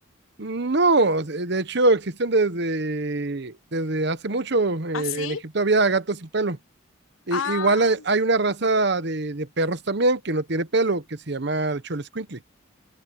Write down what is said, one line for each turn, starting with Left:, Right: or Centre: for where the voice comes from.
Right: no, eh, de hecho existen desde, desde hace mucho. eh,
Left: ¿Así?
Right: en Egipto había gatos sin pelo. I-
Left: Ah,
Right: igual hay,
Left: sí?
Right: hay una raza de, de perros también que no tiene pelo, que se llama el Xoloscuincle.